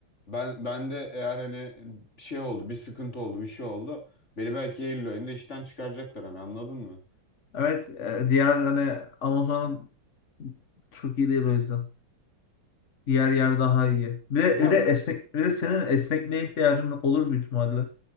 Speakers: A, on the left; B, on the left.
A: ben ben de eğer hani bir şey oldu, bir sıkıntı oldu, bir şey oldu. Beni belki Eylül ayında işten çıkaracaklar hani anladın mı?
B: Evet e, diğer hani Amazon çok iyi değil o yüzden. Diğer yer daha iyi. Bir de,
A: Ya
B: bir de esnek, bir de senin esnekliğe ihtiyacın olur büyük ihtimalle.